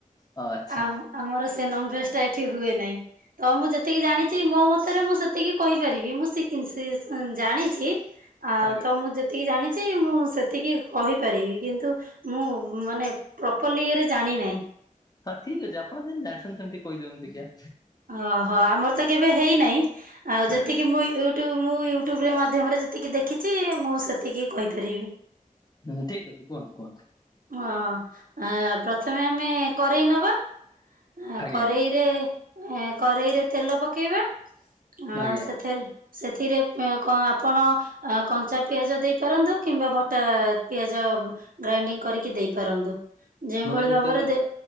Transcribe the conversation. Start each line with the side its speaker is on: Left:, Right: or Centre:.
Left: ଓ ଆଚ୍ଛା
Right: ଆଉ ଆମର ସେ ନନଭେଜ ଟା ଏଠି ହୁଏ ନାହିଁ। ତ ମୁଁ ଯେତିକି ଜାଣିଛି ମୋ ମତରେ ମୁଁ ସେ ଟିକେ କହିପାରିବି ମୁଁ ସିକିନସ ସିସନ ସେ ସେ ଜାଣିଛି। ଆଉ
Left: ଆଜ୍ଞା
Right: ତ ମୁଁ ଯେତିକି ଜାଣିଛି ମୁଁ ସେତିକି କହିପାରିବି। କିନ୍ତୁ ମୁଁ ମାନେ ପ୍ରପରଲି ଇଏରେ ଜାଣି ନାହିଁ।
Left: ହଁ ଠିକ୍ ଅଛି ଆପଣ ଯେମିତି ଜାଣିଛନ୍ତି, ସେମିତି କହି ଦିଅନ୍ତୁ ଦେଖିଆ।
Right: ଓହୋ ଆମର ତ କେବେ ହେଇନାହିଁ। ଆଉ ଯେତିକି
Left: ଆଜ୍ଞା
Right: ମୁଁ ୟୁଟ୍ୟୁବ ମୁଁ ୟୁଟ୍ୟୁବରେ ମାଧ୍ୟମରେ ଯେତିକି ଦେଖିଛି, ମୁଁ ସେତିକି କହିପାରିବି।
Left: ହୁଁ ଠିକ ଅଛି କୁହନ୍ତୁ କୁହନ୍ତୁ।
Right: ହ ଆ ପ୍ରଥମେ ଆମେ କରେଇ ନବା। ଅ
Left: ଆଜ୍ଞା
Right: କରେଇରେ ଏ କରେଇରେ ତେଲ ପକେଇବା ଅ
Left: ଆଜ୍ଞା
Right: ସେଥିରେ ସେଥିରେ ପ ଆପଣ ଅ କଞ୍ଚା ପିଆଜ ଦେଇପାରନ୍ତୁ, କିମ୍ବା ବଟା ପିଆଜ ଜ ଗ୍ରାଇଣ୍ଡିଙ୍ଗ କରିକି ଦେଇପାରନ୍ତୁ। ଯେଉଁଭଳି
Left: ମାନେ କୋଉ
Right: ଭାବରେ
Left: ତେଲରେ
Right: ଦେ